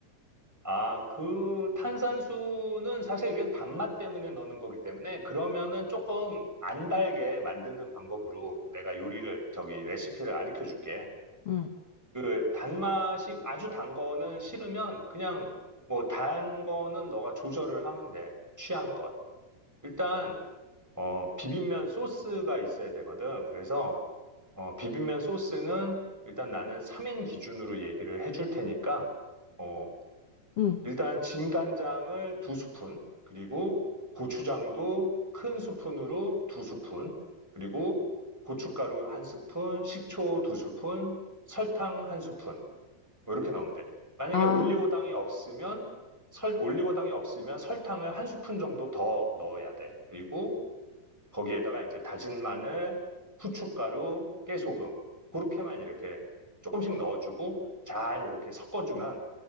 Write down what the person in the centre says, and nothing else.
아, 그 탄산수는 사실 이건 단맛 때문에 넣는 거기 때문에 그러면은 조금 안 달게 만드는 방법으로 내가 요리를, 저기 레시피를 가르쳐 줄게.
그 단맛이 아주 단 거는 싫으면 그냥 뭐 단 거는 너가 조절을 하면 돼. 취향껏. 일단 어 비빔면 소스가 있어야 되거든. 그래서 어 비빔면 소스는 일단 나는 3인 기준으로 얘기를 해줄 테니까 어
일단 진간장을 두 스푼 그리고 고추장도 큰 스푼으로 두 스푼 그리고 고춧가루 한 스푼, 식초 두 스푼, 설탕 한 스푼 뭐 이렇게 넣으면 돼. 만약에
올리고당이 없으면 설, 올리고당이 없으면 설탕을 한 스푼 정도 더 넣어야 돼. 그리고 거기에다가 이제 다진 마늘, 후춧가루, 깨소금 그렇게만 이렇게 조금씩 넣어주고 잘 이렇게 섞어주면